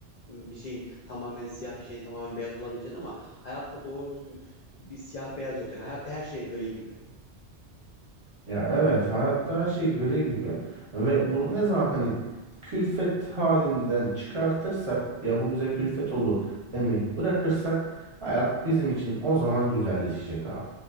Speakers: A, on the left; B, on the right.
A: m, bir şeyin tamamen siyah bir şeyin tamamen beyaz olabileceğini ama hayatta doğru düzgün bir siyah beyaz yok. Yani hayatta her şey gri gibi.
B: Ya evet hayatta her şey gri gibi ve bunu ne zaman hani külfet halinden çıkartırsak ya bu bize külfet olur demeyi bırakırsak hayat bizim için o zaman güzelleşecek abi.